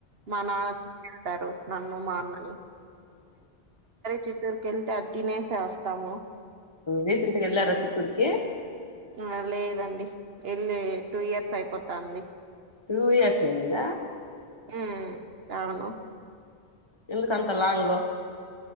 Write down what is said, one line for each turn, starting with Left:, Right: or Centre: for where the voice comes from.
Right: మా నాన్న వెతారు నన్ను మా అన్నని చిత్తూరుకి వెళ్తే అ తినేసే వస్తాము
Left: రీసెంట్గా ఎల్ార చిత్తూర్కి
Right: ఆ లేదండి వెళ్ళి టూ ఇయర్స్ అయిపోతాంది
Left: టూ ఇయర్స్ ఇంద
Right: హ అవును
Left: ఎందుకంతలా అంగ్ంగ